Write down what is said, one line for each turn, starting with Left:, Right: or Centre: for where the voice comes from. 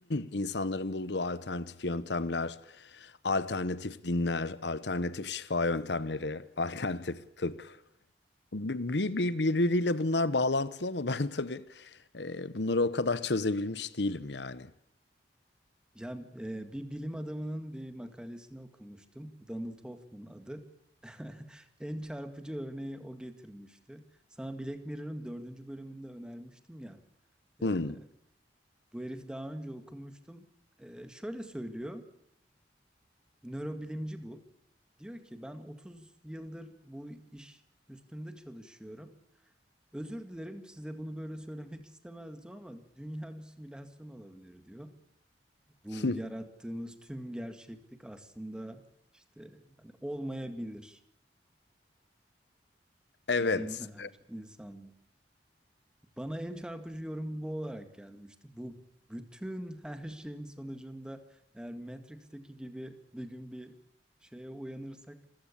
Left: insanların bulduğu alternatif yöntemler, alternatif dinler, alternatif şifa yöntemleri, <laughs> alternatif tıp. Bir, bir, birbiriyle bunlar bağlantılı ama ben <laughs> tabii e, bunları o kadar çözebilmiş değilim yani.
Centre: Ya e, bir bilim adamının bir makalesini okumuştum. Donald Hoffman adı. <laughs> En çarpıcı örneği o getirmişti. Sana Black Mirror'ın dördüncü bölümünde önermiştim ya.
Left: Hmm.
Centre: E, bu herifi daha önce okumuştum. E, şöyle söylüyor. Nörobilimci bu. Diyor ki ben 30 yıldır bu iş üstünde çalışıyorum. Özür dilerim size bunu böyle söylemek istemezdim ama dünya bir simülasyon olabilir diyor.
Left: <laughs>
Centre: Bu yarattığımız tüm gerçeklik aslında işte hani olmayabilir
Left: Evet.
Centre: bu dinler, insan. Bana en çarpıcı yorum bu olarak gelmişti. Bu bütün <laughs> her şeyin sonucunda eğer Matrix'teki gibi bir gün bir şeye uyanırsak